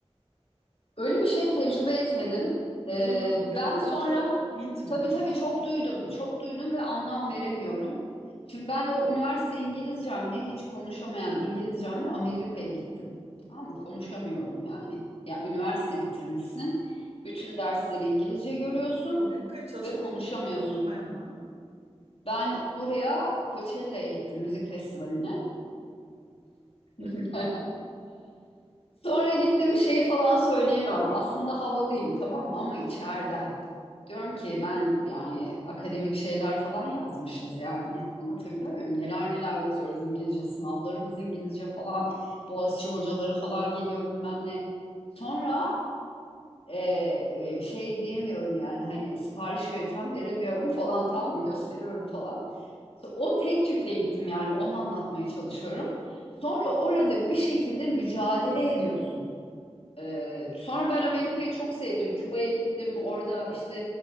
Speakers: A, on the left; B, on the right.
A: Öyle bir şey tecrübe etmedim. Ee,
B: Duydun mu peki?
A: ben
B: Yoksa
A: sonra
B: mit mi
A: tabii
B: bu?
A: tabii çok duydum, çok duydum ve anlam veremiyorum. Şimdi ben o üniversite İngilizcemle hiç konuşamayan İngilizcemle Amerika'ya gittim. Tamam mı? Konuşamıyorum yani. Ya üniversite bitirmişsin, bütün dersleri İngilizce görüyorsun
B: Amerika'ya çalışmaya
A: ve konuşamıyorsun.
B: mı gittin okumaya mı?
A: Ben oraya Coachella'ya gittim, müzik festivaline.
B: <laughs>
A: <laughs> Sonra gittim şeyi falan söyleyemiyorum. Aslında havalıyım tamam mı? Ama içeriden. Diyorum ki ben yani akademik şeyler falan yazmışız yani. Anlatabiliyor muyum? Neler neler yazıyoruz İngilizce sınavlarımız İngilizce falan. Boğaziçi hocaları falan geliyor bilmem ne. Sonra e, e, şey diyemiyorum yani hani sipariş vereceğim veremiyorum falan tamam mı gösteriyorum falan. İşte O tek tükle gittim yani onu anlatmaya çalışıyorum. Sonra orada bir şekilde mücadele ediyorsun. Ee, sonra ben Amerika'yı çok sevdim. Küba'ya gittim. Orada işte